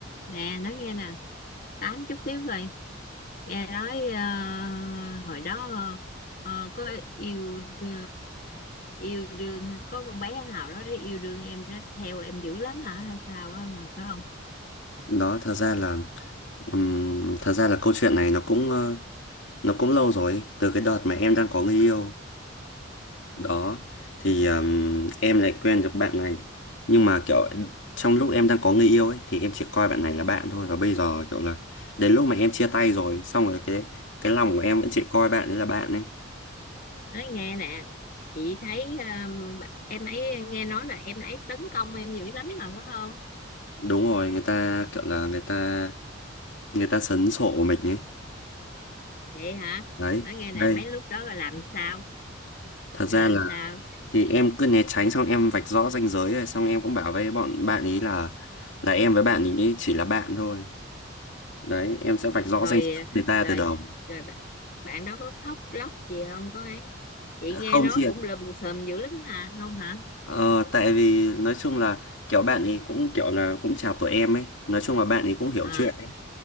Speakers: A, on the left; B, on the left.
A: nè nói nghe nè tám chút xíu vậy nghe nói ờ, hồi đó ờ, có yêu ờ, yêu đương có con bé nào đó yêu đương em đó theo em dữ lắm hả hay sao á mà phải không
B: đó thật ra là ừm, thật ra là câu chuyện này nó cũng ờ, nó cũng lâu rồi từ cái đợt mà em đang có người yêu đó thì ừm, em lại quen được bạn này nhưng mà kiểu trong lúc em đang có người yêu ấy thì em chỉ coi bạn này là bạn thôi và bây giờ kiểu là đến lúc mà em chia tay rồi xong rồi cái cái lòng của em vẫn chỉ coi bạn ấy là bạn ấy
A: nói nghe nè chị thấy um, em ấy nghe nói là em ấy tấn công em dữ lắm mà phải không
B: đúng rồi người ta kiểu là người ta người ta sấn sổ mình ấy
A: vậy hả
B: đấy
A: nói nghe
B: đây
A: nè mấy lúc đó là làm sao
B: thật ra
A: làm
B: là
A: sao
B: thì em cứ né tránh xong em vạch rõ ranh giới rồi xong em cũng bảo với bọn bạn ý là là em với bạn ý chỉ là bạn thôi đấy em sẽ vạch rõ
A: rồi
B: ranh giới với người ta
A: rồi
B: từ đầu
A: rồi bạn, bạn đó có khóc lóc gì không có ấy chị nghe
B: không
A: nói
B: chị ạ
A: cũng lùm xùm dữ lắm mà không hả
B: ờ, tại vì nói chung là kiểu bạn ý cũng kiểu là cũng chào tuổi em ấy nói chung là bạn ý cũng hiểu
A: ờ
B: chuyện ấy.